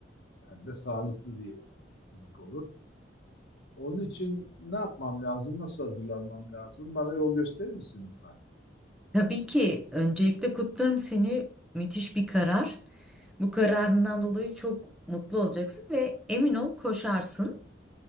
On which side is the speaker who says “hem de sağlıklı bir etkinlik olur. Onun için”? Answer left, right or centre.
Left